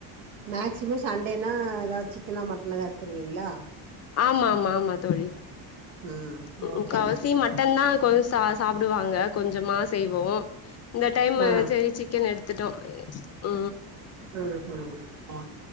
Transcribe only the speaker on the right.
மேக்சிமோ சண்டேனா ஏதாவது சிக்கனா மட்டனா ஏதாவது எடுத்துடுவீங்களா
ம்
ஓகே
மேடம்
ஆ
ஆ ஹா